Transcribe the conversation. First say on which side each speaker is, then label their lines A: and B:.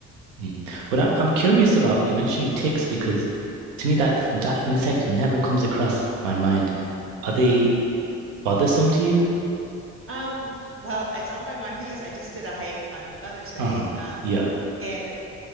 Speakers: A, on the right (about 80°); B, on the right (about 35°).
A: Mm. But I, I'm curious about you mentioned ticks because to me that that insect never comes across my mind. Are they bothersome to you?
B: Um, well, it's on my mind <laughs> because I just did a hike on Mother's Day.
A: Uh-huh.
B: Um,
A: Yeah.
B: and